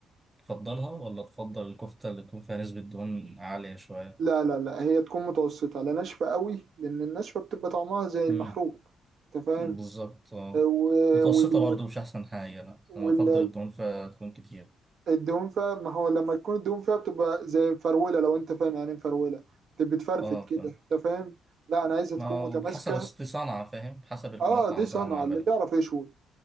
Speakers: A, on the right; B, on the right.
A: تفضلها ولا تفضل الكفتة اللي تكون فيها نسبة دهون عالية شوية؟
B: لا لا لا هي تكون متوسطة لا ناشفة قوي لأن الناشفة بتبقى طعمها زي
A: مم.
B: المحروق أنت فاهم
A: بالظبط اه
B: و-
A: متوسطة
B: وال-
A: برضو مش أحسن حاجة لأ أنا
B: وال-
A: بفضل الدهون فتكون كتير
B: والدهون فيها ما هو لما تكون الدهون فيها بتبقى زي مفرولة لو أنت فاهم يعني إيه مفرولة بتبقى بتفرفت
A: اه
B: كده
A: فاهم
B: أنت فاهم لا أنا عايزها
A: ما
B: تكون
A: هو
B: متماسكة
A: بحسب أصل دي صنعة فاهم بحسب المطعم
B: أه دي صنعة
A: بقى معمله
B: اللي بيعرف يشوي